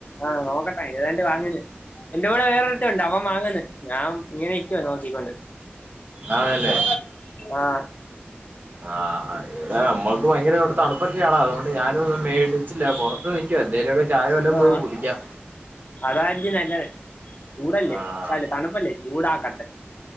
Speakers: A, on the left; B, on the right.
A: ആഹ് നോക്കട്ടെ ഏതാണ്ട് വാങ്ങ എന്റെ കൂടെ വേറൊരുത്തൻ ഉണ്ട് അവൻ വാങ്ങന്ന് ഞാൻ ഇങ്ങനെ നിക്കുവാ നോക്കിക്കൊണ്ട്.
B: ആണല്ലേ?
A: ആ
B: ആഹ അത നമ്മക്ക് ഭയങ്കര തണുപ്പൊക്കെയാണോ അതുകൊണ്ട് ഞാനും ഒന്നും മേടിച്ചില്ല പുറത്ത് നി എന്തങ്കലുക്കെ ചായെല്ലം
A: ആ
B: പോയി കുടിക്കാം
A: അതായിരിക്കും നല്ലത് ചൂടല്ലേ
B: ആഹ്
A: തണുപ്പല്ലേ ചൂടാക്കട്ടെ